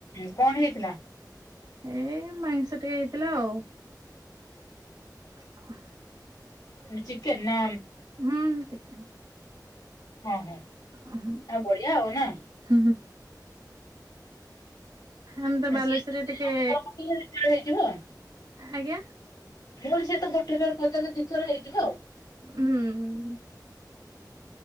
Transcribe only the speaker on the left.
କଣ ହେଇଥିଲା?
ହୁଁ ଚିକେନ୍ ନା
ହଁ ହଁ
ଆଉ ବଢିଆ ଆଉ ନା।
ସିଏ
ଗୋଟେ ଥର ପକେଇଲେ ଦିଥର ହେଇଯିବ ଆଉ।
ମୁଁ କଇଲି ସେ ତ ଗୋଟେ ଥର ପିଉଛନ୍ତି ଦି ଥର ହେଇଯିବ ଆଉ।